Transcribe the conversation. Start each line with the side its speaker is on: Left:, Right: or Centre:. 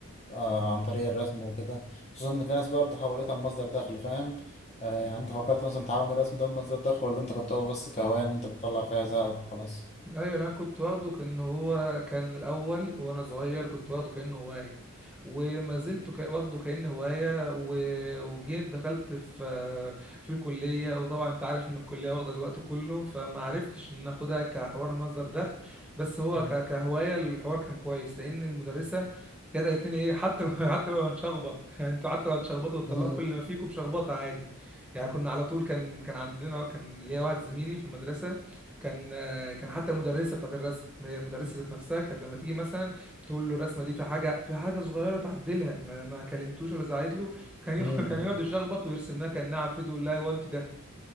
Left: آه عن طريق الرسم وكده خصوصا ان في ناس برضه حولتها لمصدر دخل فاهم آه يعني انت فكرت مثلا تحول الرسم ده لمصدر دخل ولا انت كنت واخده بس كهوايه ان انت بتطلع فيها زهق وخلاص
Centre: ايوه لا كنت واخده كانه هو كان الاول وانا صغير كنت واخده كانه هوايه وما زلت كا- واخده كانه هوايه و... وجيت دخلت في في الكليه وطبعا انت عارف ان الكليه واخده الوقت كله فما عرفتش ان اخدها كحوار مصدر دخل بس هو
Left: مم.
Centre: ك... كهوايه الحوار كان كويس لان المدرسه كانت قالت لنا ايه حتى لو <laughs> حتى لو هنشخبط <laughs> يعني انتوا حتى لو هتشخبطوا وتطلعوا
Left: <laughs>
Centre: كل اللي ما فيكم بشخبطه عادي يعني كنا على طول كان كان عندنا كان ليا واحد زميلي في المدرسه كان كان حتى المدرسه بتاعت الرسم هي المدرسه ذات نفسها كانت لما تيجي مثلا تقول له الرسمه دي في حاجه في حاجه صغيره تعدلها ما, ما كلمتوش ولا زعقت له كان يق-
Left: مم.
Centre: <laughs> كان يقعد يشخبط ويرسم لها كانها عفريت ويقول لها هو انت ده